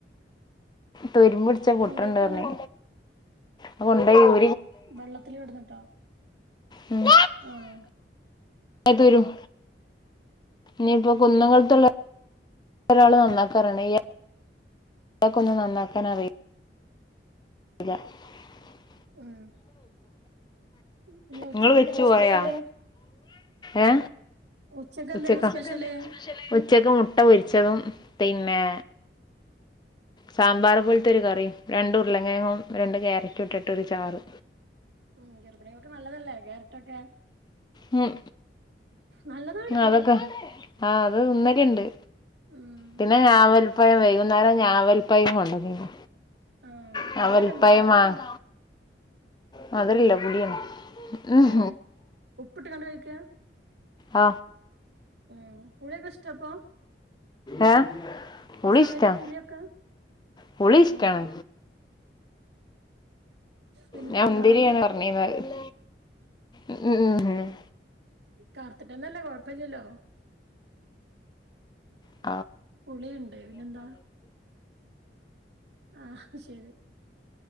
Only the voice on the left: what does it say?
തുരുമ്പ് പിടിച്ച പൊട്ട്ണ്ട്
അറിഞ്ഞി അ കൊണ്ടോയി ഊ
ഉം
<unintelligible> രും ഇനിയിപ്പൊ കുന്നങ്കലത്തുള്ള ഒരാള് നന്നാക്കാർഞ്ഞിണ് ഇയാൾക്കൊന്നും നന്നാക്കാനറിയല്ല <unintelligible>
നിങ്ങള്
വെച്ചു പോയാ
ഏ
ഉച്ചക്ക
ഉച്ചക്ക് മുട്ട പൊരിച്ചതും പിന്നെ സാമ്പാർ പോലത്തെരു കറിയ രണ്ടുംർല്ലേ ളേങ്ങും രണ്ട് ക്യാരറ്റ് ഇട്ടിട്ട് ഒരു ചാറ്
ഉം
അതൊക്കെ ആഹ അത് ഇന്നലെണ്ട്
പിന്നെ ഞാവൽപ്പയം വൈകുന്നേരം ഞാവൽപ്പയം കൊണ്ടന്നീണ്
ഞാവൽ
പഴമാണോ മതരല്ല പുളിയാണ് ഉം
അ
ഏ പുളി
ഇഷ്ടാ
പുളി ഇഷ്ടാണ്
ഞാൻ മുന്തിരിയാണ്
പറഞ്ഞിന്ന് റയും ഉം ഉം ഉം
ഹ